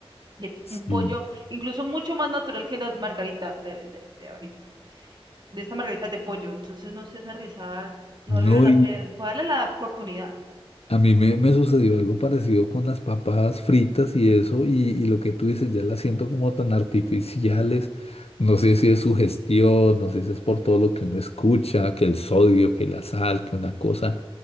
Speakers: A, on the right; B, on the left.
A: de
B: sí.
A: un pollo, incluso mucho más natural que las margaritas de, de, de ahorita de estas margaritas de pollo. Entonces, no sé, esas rizadas no
B: No,
A: volvieron a hacer. Voy a darle la oportunidad.
B: A mí me, me sucedió algo parecido con las papas fritas y eso, y, y lo que tú dices, ya las siento como tan artificiales. No sé si es su gestión, no sé si es por todo lo que uno escucha, que el sodio, que la sal, que una cosa.